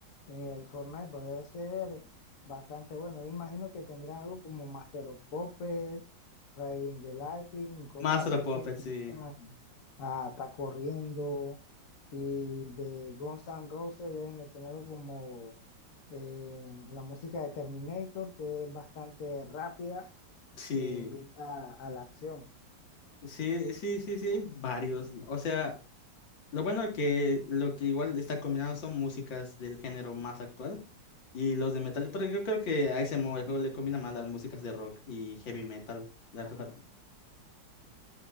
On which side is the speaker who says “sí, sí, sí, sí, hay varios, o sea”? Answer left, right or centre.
Left